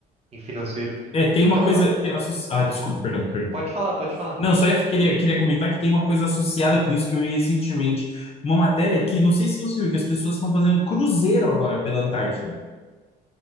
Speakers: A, on the right; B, on the left.
A: em financeiro.
B: É, tem
A: Então
B: uma coisa.
A: eu.
B: tem asso- Ah, desculpa, perdão, perdão.
A: Pode falar, pode falar.
B: Não, só eu queria, queria comentar que tem uma coisa associada com isso que eu vi recentemente. Uma matéria que, não sei se você viu, que as pessoas estão fazendo cruzeiro agora pela Antártida.